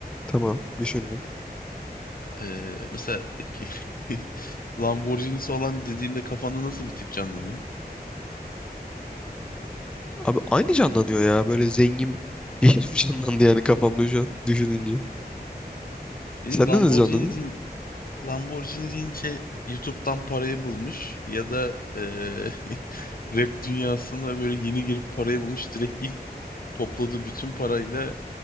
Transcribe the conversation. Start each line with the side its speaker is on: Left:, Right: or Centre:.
Centre: Tamam. Düşündüm.
Left: Ee, mesela <laughs> Lamborghini'si olan dediğimde kafanda nasıl bir tip canlanıyor?
Centre: Abi aynı canlanıyor ya. Böyle zengin bir <laughs> herif canlandı yani kafamda şu an düşününce.
Left: Benim
Centre: Senden
Left: Lamborghini
Centre: hızlı anladın.
Left: deyin- Lamborghini deyince YouTube'dan parayı bulmuş ya da eee, <laughs> rap dünyasına böyle yeni girip parayı bulmuş direkt ilk topladığı bütün parayla